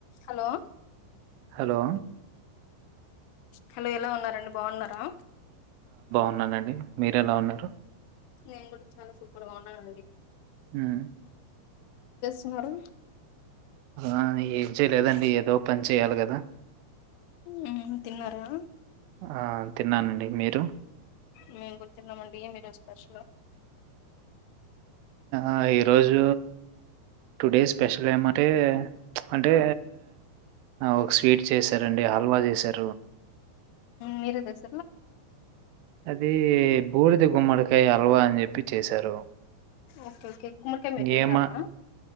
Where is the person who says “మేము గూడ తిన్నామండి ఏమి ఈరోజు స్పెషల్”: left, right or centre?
Left